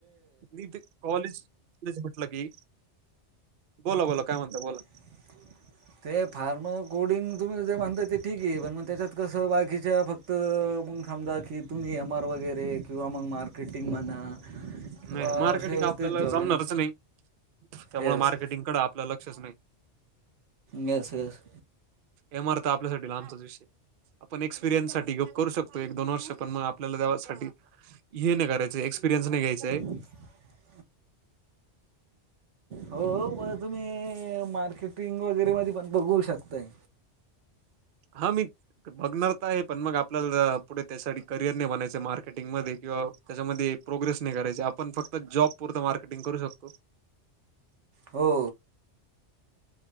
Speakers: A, on the right; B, on the right.
A: मी ते कॉलेज म्हटलं की बोला बोला काय म्हणत बोला.
B: ह. ते फार्म कोडिंग तुम्ही जे म्हनताय ते ठीक आहे पण मग त्याच्यात कसं बाकीच्या फक्त फक्त मग समजा की तुम्ही ए एम आर वगैरे किंवा मग मार्केटिंग म्हणा. किंवा
A: नाही नाही मार्केटिंग
B: असे
A: आपल्याला
B: तेच जॉब
A: जमणारच
B: आहे ना
A: नाही. त्यामुळे
B: येस
A: मार्केटिंग कड आपलं लक्षच नाही.
B: येस येस
A: एमारथ आपल्यासाठी लांबचाच विषय आपण एक्सपिरियन्स साठीप करू शकतो एक दोन वर्ष पण मग आपल्याला देसाठी हे नाही करायचं एक्सपिरियन्स नाही्यायंय.
B: <unintelligible> हो म तुम्ही मार्केटिंग वगैरे म पण बघू शकता. ते.
A: ह मित. बघणार तर आहे पण मग आपल्याला पुढे त्यासाठी करिअर नाही बनायचं मार्केटिंग मध्ये किंवा त्याच्यामध्ये प्रोग्रेस नाही करायची आपण फक्त जॉब पुरत मार्केटिंग करू शकतो.
B: हो.